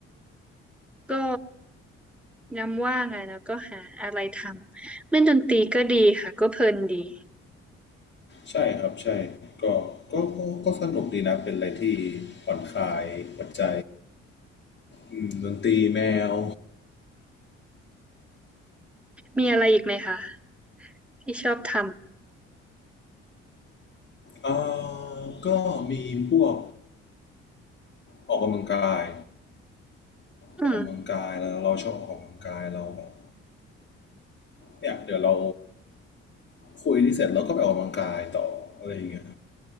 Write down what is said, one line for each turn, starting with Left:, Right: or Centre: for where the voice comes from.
Centre: ก็ย้ำว่างอะแล้วก็หาอะไรทำเล่นดนตรีก็ดีค่ะก็เพลินดี
Left: ใช่ครับใช่ก็ก็ก็ก็สนุกดีนะเป็นอะไรที่ผ่อนคลายหัวใจอืมดนตรีแมว
Centre: มีอะไรอีกไหมคะที่ชอบท
Left: อ่าก็มีพวกออกกำลังกาย
Centre: ำอืม
Left: ออกกำลังกายแล้วเราชอบออกกำลังกายเราแบบเนี่ยเดี๋ยวเราคุยที่เสร็จเราก็ไปออกกำลังกายต่ออะไรอย่างเงี้ย